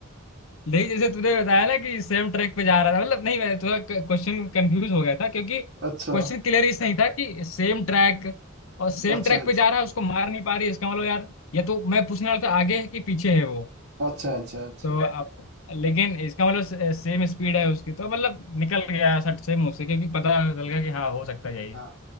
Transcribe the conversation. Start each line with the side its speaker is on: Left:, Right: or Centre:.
Left: लेकिन जैसे तूने बताया ना कि सेम ट्रैक पे जा रहा था मतलब नहीं मैं थोड़ा क्वेश्चन कंफ्यूज हो गया था क्योंकि क्वेश्चन
Right: अच्छा
Left: क्लियर इस नहीं था कि सेम ट्रैक और सेम
Right: अच्छा
Left: ट्रैक
Right: अच्छा
Left: पे जा रहा है उसको मार नहीं पा रही इसका मतलब यार या तो मैं पूछने वाला था आगे है कि पीछे है वो
Right: अच्छा अच्छा अच्छा
Left: तो अब लेकिन इसका मतलब सेम स्पीड है उसकी तो मतलब निकल गया सट से मुंह से क्योंकि पता चल गया कि हाँ हो सकता है यही
Right: हाँ